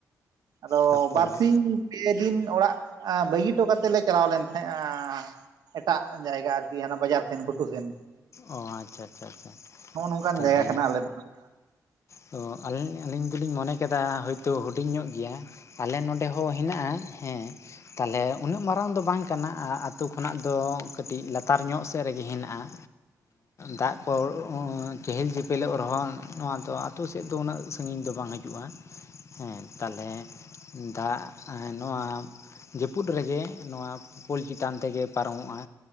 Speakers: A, on the right (about 80°); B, on the left (about 45°).
A: ᱟᱫᱚ
B: ᱛᱟᱯᱚᱨ
A: ᱵᱟᱨᱥᱤᱧ ᱯᱮᱫᱤᱱ ᱚᱲᱟᱜ ᱵᱟᱹᱜᱤ ᱦᱚᱴᱚ ᱠᱟᱛᱮ ᱞᱮ ᱪᱟᱞᱟᱣ ᱞᱮᱱ ᱛᱟᱦᱮᱜᱼᱟ ᱮᱴᱟᱜ ᱡᱟᱭᱜᱟ ᱟᱨᱠᱤ ᱦᱟᱱᱟ ᱵᱟᱡᱟᱨ ᱥᱮᱱ ᱜᱷᱩᱴᱩ ᱥᱮᱱ
B: ᱚ ᱟᱪᱪᱷᱟ ᱟᱪᱪᱷᱟ ᱟᱪᱪᱷᱟ
A: ᱱᱚᱜ ᱱᱚᱝᱠᱟᱱ
B: ᱛᱟᱦᱚᱞᱮ
A: ᱡᱟᱭᱜᱟ ᱠᱟᱱᱟ ᱟᱞᱮ ᱫᱚ ᱱᱟᱜ
B: ᱛᱚ ᱟᱹᱞᱤᱧ ᱫᱚᱞᱤᱧ ᱢᱚᱱᱮ ᱠᱮᱫᱟ ᱦᱳᱭᱛᱳ ᱦᱩᱰᱤᱧ ᱧᱚᱜ ᱜᱮᱭᱟ ᱟᱞᱮ ᱱᱚᱸᱰᱮ ᱦᱚᱸ ᱦᱤᱱᱟᱜᱼᱟ, ᱦᱮᱸ ᱛᱟᱦᱞᱮ ᱩᱱᱟᱹᱜ ᱢᱟᱨᱟᱝ ᱫᱚ ᱵᱟᱝ ᱠᱟᱱᱟ ᱟᱛᱩ ᱠᱷᱚᱱᱟᱜ ᱫᱚ ᱠᱟᱹᱴᱤᱡ ᱞᱟᱛᱟᱨ ᱧᱚᱜ ᱥᱮᱜ ᱨᱮᱜᱤ ᱦᱮᱱᱟᱜᱼᱟ ᱫᱟᱜ ᱠᱚ ᱪᱮᱦᱮᱞ ᱪᱮᱯᱮᱞᱚᱜ ᱨᱚᱦᱚᱸ ᱱᱚᱣᱟ ᱫᱚ ᱟᱛᱳ ᱥᱮᱫ ᱫᱚ ᱩᱱᱟᱹᱜ ᱥᱟᱺᱜᱤᱧ ᱫᱚ ᱵᱟᱝ ᱦᱤᱡᱩᱜᱼᱟ ᱦᱮᱸ ᱛᱟᱞᱦᱮ ᱫᱟᱜ ᱱᱚᱣᱟ ᱡᱟᱹᱯᱩᱫ ᱨᱮᱜᱮ ᱱᱚᱣᱟ ᱯᱳᱞ ᱪᱮᱛᱟᱱ ᱛᱮᱜᱮ ᱯᱟᱨᱚᱢᱚᱜᱼᱟ